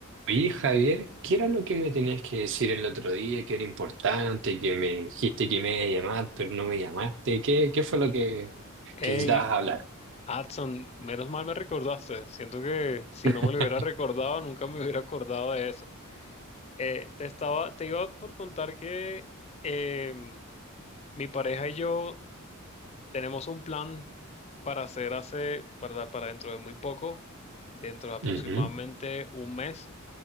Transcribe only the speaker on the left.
Hey,
Adson, menos mal me recordaste. Siento que si no
me lo hubiera recordado, nunca me hubiera acordado de eso. Eh, te estaba, te iba por contar que em, mi pareja y yo tenemos un plan para hacer hace, para, para dentro de muy poco, dentro de aproximadamente
un mes,